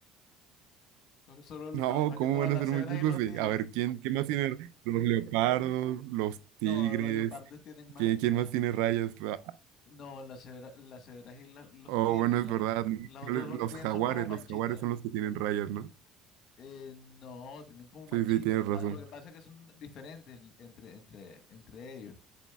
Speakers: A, on the left; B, on the right.
A: <laughs> Solo, lo-
B: No,
A: más, más
B: ¿cómo
A: que todas
B: van
A: las
B: a ser
A: cebras
B: muy pocos?
A: y los
B: Sí,
A: tigres.
B: A ver, ¿quién, quién más tiene los leopardos, los tigres?
A: No, los leopardos tienen manchas.
B: ¿Quién, quién más tiene rayas? Ah,
A: No, las cebra- las cebras y la- los
B: Oh,
A: tigres,
B: bueno,
A: la-
B: es verdad. ¿no?
A: los otros lo
B: Los
A: que tienen
B: jaguares,
A: son como manchitas.
B: los jaguares son los que tienen rayas, ¿no?
A: Eh, no, tienen como manchitas.
B: Sí, sí, tienes
A: Na-
B: razón.
A: lo que pasa es que son diferentes entre, entre, entre ellos.